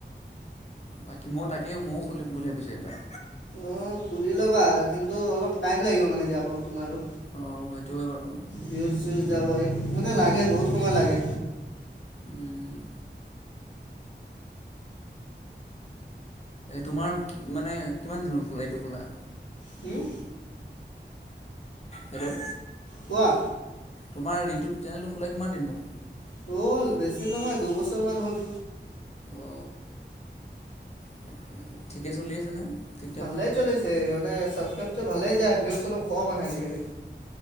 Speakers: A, on the left; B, on the left.
A: বাকী মই তাকেই ময়ো খুলিম বুলি ভাবিছো এতিয়া
B: অ খুলি ল'বা কিন্তু অলপ টাইম লাগিব মানে যাব তোমাৰো
A: অঁ সেইটোৱে বাৰু
B: ভিউজ যাব এক মানে লাগে বহুত সময় লাগে
A: উম তোমাৰ মানে কিমান দিনত খোলা এইটো খোলা
B: হম
A: হেল্ল'
B: কোৱা
A: তোমাৰ এইটো চেনেলটো খোলা কিমান দিন হ'ল
B: হ'ল বেছি নহয় দুবছৰ মান হ'ল
A: অ তাকে ঠিকে চলি আছেনে ঠিক ঠাক
B: ভালে চলেছে মানে ছাবস্ক্ৰাইব ভালেই যায় ভিউচটো অলপ কম আহে আজিকালি